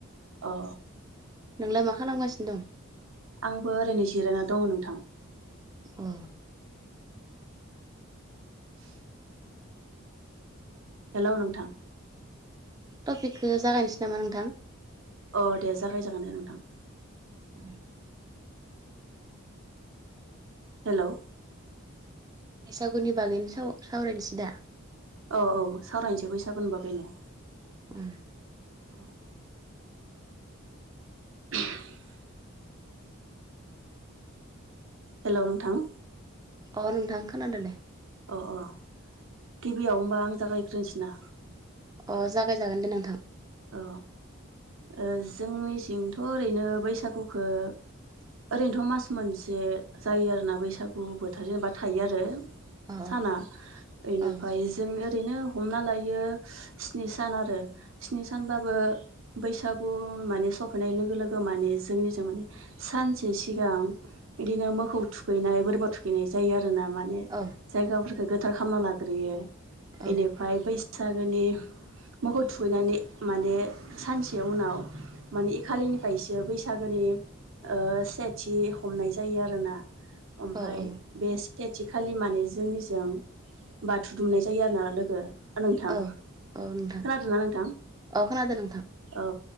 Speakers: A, on the right; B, on the right.
A: औ।
B: नोंलाय मा खालामगासिनो दं
A: आंबो ओरैनो जिरायना दङ नोंथां‌
B: औ।
A: <inaudible> हेल' नोंथां।
B: टपिकखो जागायनोसै नामा नोंथां।
A: अ दे जागायजागोन दे नोंथां।
B: उम
A: हेलौ।
B: बैसागुनि बागैनो साव सावरायनोसै दा
A: औ औ सावरायनोसै बैसागु बागैनो
B: उम।
A: औ। <unintelligible> हेलौ नोंथां,
B: अ नोंथां खोनादो दे।
A: अ अ गिबियाव होमबा आं जागायग्रोनसै ना।
B: अ जागाय जागोन दे नोंथां,
A: अ ओ जोंनिसिंथ' ओरैनो बैसागुखौ ओरैनोथ' मास मोनसे जायो आरोना बैसागु बोथोर जेनेबा थायो आरो,
B: अ
A: साना बेयनिफ्राय
B: अ
A: जोङो ओरैनो हमना लायो स्नि सान आरो स्नि सानबाबो बैसागु माने सफैनाय लोगो लोगो माने जोंनिजो माने सानसे सिगां इदिनो मोसौ थुखैनाय बोरमा थुखैनाय जायो आरो रोना माने
B: औ
A: जायगाफोरखौ गोथार खालामना लाग्रोयो
B: औ
A: एनिफाय बै सागोनि मोसौ थुखैनानै माने सानसे उनाव माने एखालिनिफायसो बैसागोनि ओ सेथि हमनाय जायो आरोना ओमफ्राय
B: औ
A: बे थेनथि खालि माने जोंनिजों बाथौ दुमनाय जायो आरो ना लोगो ओ नोंथां
B: औ औ नोंथां
A: खोनादोंना नों
B: औ खोनादों नोंथां
A: औ